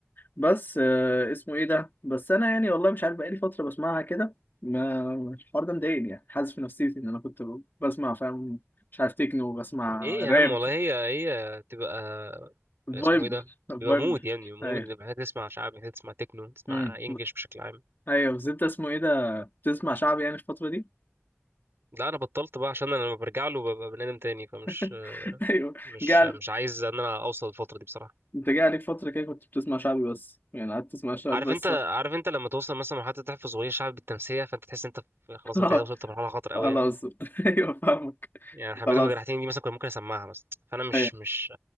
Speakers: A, on the left (about 45°); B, on the right (about 60°).
A: بس آه اسمه ايه ده بس أنا يعني والله مش عارف بقالي فترة بسمعها كده ما الحوار ده مضايقني يعني حاسس في نفسيتي إن أنا كنت بسمع فاهم مش عارف تكنو بسمع
B: ايه يا
A: راب
B: عم والله هي هي تبقى اسمه
A: فايب
B: ايه ده
A: فايب
B: بيبقى مود يعني مود
A: أيوه
B: محتاج تسمع شعبي محتاج تسمع تكنو تسمع
A: مم.
B: انجليش بشكل عام
A: أيوه بس أنت اسمه ايه ده بتسمع شعبي يعني الفترة دي؟
B: لا انا بطلت بقى عشان انا لما برجع له ببقى بني ادم تاني فمش
A: <laughs> <laughs> ايوه
B: مش
A: جال
B: مش عايز ان انا اوصل الفتره دي بصراحه
A: انت جه عليك فتره كده كنت بتسمع شعبي بس يعني قعدت تسمع شعبي
B: عارف
A: بس
B: انت عارف
A: ولا-
B: انت لما توصل مثلا مرحله تحفظ اغنيه شعبي بالتمسيه فانت تحس انت في- خلاص
A: <laughs>
B: انت كده وصلت لمرحله خطر
A: خلاص
B: قوي يعني
A: ايوه فاهمك
B: يعني حبيتك
A: خلاص
B: وجرحتني دي مثلا كنت ممكن اسمعها مثلا فانا مش
A: ايوه
B: مش